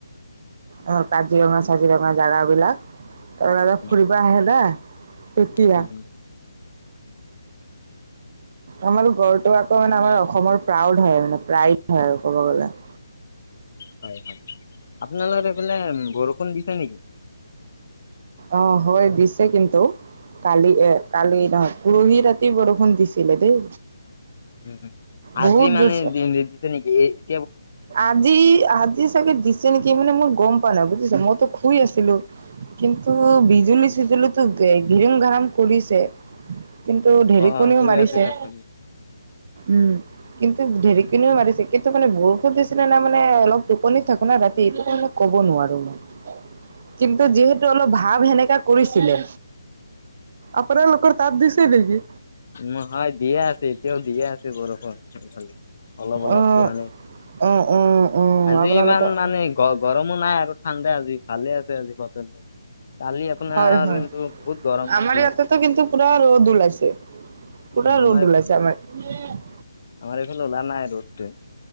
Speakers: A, on the right; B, on the left.
A: অ কাজিৰঙা কাজিৰঙা জোগা বিলাক।
B: উম
A: ফুৰিবা আহে না। তেতিয়া।
B: উম,
A: আমাৰ গড়টো আকৌ মানে আমাৰ অসমৰ প্ৰাউড হয় মানে প্ৰাইড হয় আৰু ক'ব গলে। <inaudible>
B: হয় হয় আপোনালৰ এইফোলে বৰষুণ দিছে নেকি?
A: আহ হয় দিছে কিন্তু কালি এ কালি নহয় পৰহি ৰাতি বৰষুণ দিছিলে দেই।
B: উ আজি
A: বহুত
B: মানে
A: জোৰছে
B: দি-দিছে নেকি? এই
A: আজি আজি চাগে দিছে নেকি, মানে মোৰ গম পানাই বুজিছা। মইতো শুই আছিলো কিন্তু বিজুলী-চিজুলীো গং কাম কৰিছে। কিন্তু ঢেৰেকনিও
B: অ শুই
A: মাৰিছে
B: আছিলে আপুনি।
A: উম কিন্তু ধেৰেকনিও মাৰিছে। কিন্তু মানে বৰষু দিছিলে না মানে অলপ টোপনিত থাকো না ৰাতি এইটো কাৰণে ক'ব নোৱাৰো মই। কিন্তু যিহেতু অলপ ভাৱ সেনেকা কৰিছিলে। আপোনালোকৰ তাত দিছে নেকি?
B: নহয় দিয়ে আছে, এতিয়াও দিয়ে আছে বৰষুণ হয় অলপ অলপকে
A: অ',
B: মানে
A: অ', অ', অ',
B: আজি
A: আপোনালোকৰ
B: ইমান মানে গ-গৰমো নাই আৰু ঠাণ্ডা আজি ভালে আছে আজি <inaudible> আপোনাৰ
A: হয় হয়
B: কিন্তু বহুত গৰম দিছিলে।
A: আমাৰ ইয়াতেতো কিন্তু পুৰা ৰ'দ ওলাইছে। পুৰা
B: অ', আমাৰ
A: ৰ'দ ওলাইছে আমাৰ
B: আমাৰ এইফালে ওলোৱা নাই ৰ'দটো।